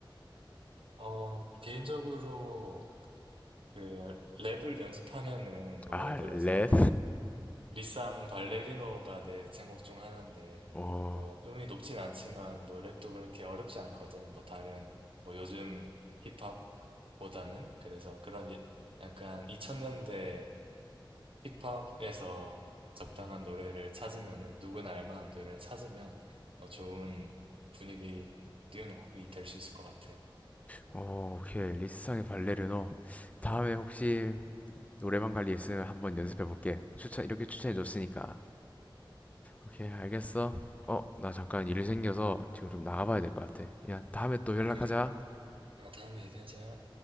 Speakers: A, on the right; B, on the left.
A: 어, 개인적으로 그 랩을 연습하면은 뭐
B: 아,
A: 예를 들어서
B: 렛.
A: 리쌍 발레리노가 내 제목 중 하나인데
B: 어,
A: 뭐 음이 높진 않지만 뭐 랩도 그렇게 어렵지 않거든. 뭐 다른 뭐 요즘 힙합보다는 그래서 그런 예- 약간 2000년대 힙합에서 적당한
B: 음.
A: 노래를 찾으면은 누구나 알 만한 노래를 찾으면 어, 좋은 분위기 띄우는 곡이 될 수 있을 것 같아.
B: 어, 오케이. 리스상의 발레르노. 다음에 혹시 노래방 관리 있으면 한번 연습해 볼게. 추천, 이렇게 추천해 줬으니까. 오케이, 알겠어. 어, 나 잠깐 일이 생겨서 지금 좀 나가봐야 될 것 같아. 야, 다음에 또 연락하자.
A: 아, 그래. 어, 다음에 얘기하자.